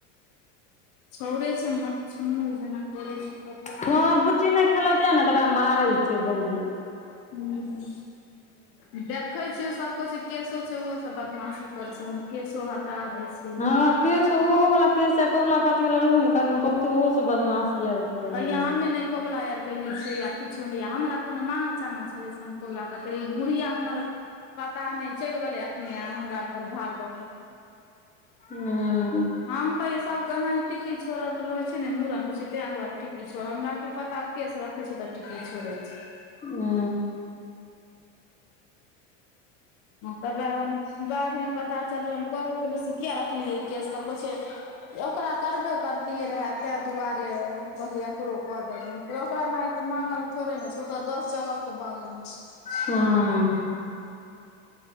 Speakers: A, on the left; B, on the left.
A: छौड़े छैय मटसुुन जेना करय छैय।
B: हँ बुच्ची नहि खेलतियै ने तऽ ओकरा मारैय छैय बहुत।
A: हू। देखै छियै सब कोइ जे केशो छैय ओहो सब बदमाशी करय छैय, केशो हटा दै छैय।
B: हँ केश ओहो वला केश आर कबूला पाति वला रहै ने बहुते ओहो से बदमाशी आरो करैत
A: यहाँ
B: रहय।
A: मे नहि कबुला आर के न छैय या कुछो नय हमरा कोनो मांगल चांगल छलेै से हम कबुला करितियए। बुढ़िया हमर पता नय चलि गेलै एखने आ हमरा पर भाड़ द क।
B: ह।
A: हम कहियै सब कहना टिकी छोड़ल रहे छैय ने मूड़न होय छैय तें दुआरे टिकी छोड़ल हमरा की पता केस देखय छी त टिक्की छोड़ल छैय।
B: हू।
A: तबे हम बादमे पता चललै हम कहबो केलियै से किया रखलियै केस तऽ कहय छैय ओकरा करबे करतियै रहे ताहि दुआरे कहलियै एकरो कऽ देहिन। ओकरा नहि तऽ मांगल थोड़े ने छैय ओ त दस जगहके मांगल छैय।
B: हँ